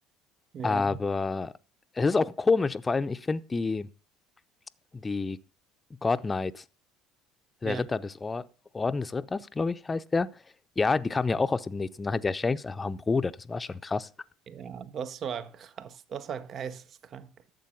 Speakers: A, on the right; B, on the left.
A: Ja,
B: Aber es ist auch komisch. Vor allem, ich finde die, die God Knights. der
A: ja,
B: Ritter des Or Orden des Ritters, glaube ich, heißt der. Ja, die kamen ja auch aus dem Nichts. Und dann hat ja Shanks einfach einen Bruder. Das war schon krass.
A: ja, das war krass. Das war geisteskrank.